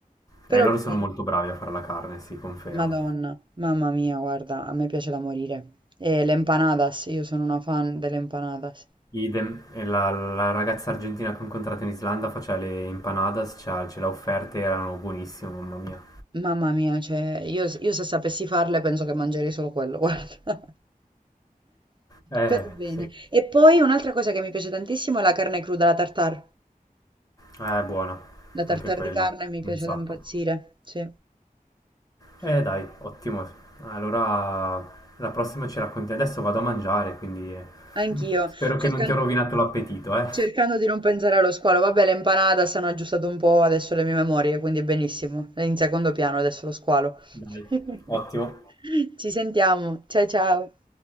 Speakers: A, on the right; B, on the left.
A: però
B: E loro sono
A: bene.
B: molto bravi a fare la carne, sì, confermo.
A: Madonna, mamma mia, guarda, a me piace da morire. E le empanadas, io sono una fan delle empanadas.
B: Idem, e la, la ragazza argentina che ho incontrato in Islanda faceva le empanadas, cioè, ce l'ha offerte, erano buonissime, mamma mia.
A: Mamma mia, cioè, io, io se sapessi farle penso che mangerei solo quello, <laughs> guarda.
B: Eh,
A: Per bene.
B: sì,
A: E poi un'altra cosa che mi piace tantissimo è la carne cruda, la tartare.
B: eh, è buona,
A: La tartare
B: anche quella,
A: di carne mi piace
B: un sacco.
A: da impazzire. Sì,
B: Eh,
A: sì.
B: dai, ottimo. Allora, la prossima ci racconti. Adesso vado a mangiare, quindi eh,
A: Anch'io,
B: <laughs> spero che
A: cercando,
B: non ti ho rovinato l'appetito, eh.
A: cercando di non pensare allo squalo. Vabbè, le empanada si hanno aggiustato un po' adesso le mie memorie, quindi benissimo. È in secondo piano adesso lo squalo.
B: Dai,
A: <laughs>
B: ottimo.
A: Ci sentiamo. Ciao ciao.